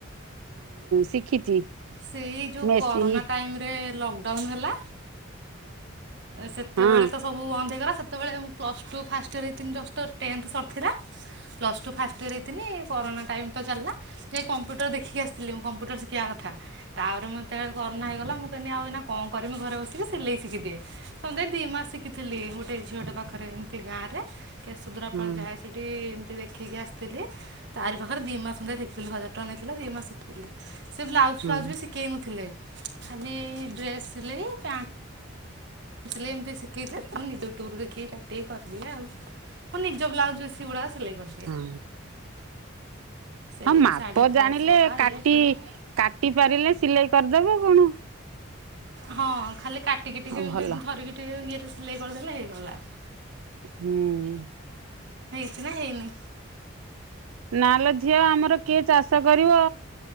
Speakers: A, on the right (about 80°); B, on the right (about 55°).
A: ଶିଖିଛି।
B: ସେଇ ଯେଉଁ
A: ମେସିନ୍
B: କରୋନା ଟାଇମରେ ଲକଡାଉନ୍ ହେଲା ଏ ସେତେବେଳେ
A: ହଁ
B: ତ ସବୁ ବନ୍ଦ ହେଇଗଲା। ଯେତେବେଳେ ପ୍ଲସ ଟୁ ଫାଷ୍ଟ ଇଅର ହେଇଥିନୀ। ଜଷ୍ଟ ଟେନ୍ଥ ସାରିଥିଲା ପ୍ଲସ ଟୁ ଫାଷ୍ଟ ଇଅର ହେଇଥିନି କରୋନା ଟାଇମ୍ ତ ଚାଲିଲା ଯାଇକି କମ୍ପ୍ୟୁଟର ଦେଖିକି ଆସିଥିଲି ମୁ କମ୍ପ୍ୟୁଟର ଶିଖିବା କଥା। ତାପରେ ମୋତେ କରୋନା ହେଇଗଲା ମୁ କହିନି ଏଇନା କଣ କରିବି ଘରେ ବସିକି ସିଲେଇ ଶିଖିଦିଏ। ସମୁଦାୟ ଦି ମାସ ଶିଖିଥିଲି ଗୋଟେ ଝିଅଟା ପାଖରେ ଏମିତି ଗାଁ ରେ କେ ସୁଦ୍ରାପାଳ
A: ହଁ
B: ଯାଏ ସେଇଠି ଦେଖିକି ଆସିଥିଲି ତାରି ପାଖରେ ଦି ମାସ ଶିଖଥିଲି ହଜାର ଟଙ୍କା ନେଇଥିଲା ଦି ମାସ ଶିଖଥିଲି। ସେ ବ୍ଲାଉଜ୍
A: ହଁ
B: ଫ୍ଲାଉଜ୍ ବି ଶିଖେଇ ନଥିଲେ। ଖାଲି ଏଇ ଡ୍ରେସ୍ ସିଲେଇ ପ୍ୟାଣ୍ଟ ସିଲେଇ ଏମିତି ଶିଖେଇଥା ନିଜ ଟୁର ଦେଖିକି କାଟିକ କରିଦିଏ ଆଉ ହ ନିଜ ବ୍ଲା ସିଗୁଡା ସିଲେଇ କରିଦିଏ।
A: ହଁ
B: ସେଇ
A: ହଁ ମାପ
B: ଶାଢ଼ୀ ଫଲ୍ସ
A: ଜାଣିଲେ
B: ପକା
A: କାଟି
B: ଇଏ ସିଏ।
A: କାଟି ପାରିଲେ ସିଲେଇ କରିଦବ କଣ।
B: ହଁ ଖାଲି କା
A: ହଁ ଭଲ।
B: ଟିକେ ଇଏ ଟ ସିଲେଇ କରିଦେଲେ ହେଇଗଲା।
A: ହୁଁ
B: ସନା ହେଇନି।
A: ନାଲୋ ଝିଅ ଆମର କିଏ ଚାଷ କରିବ?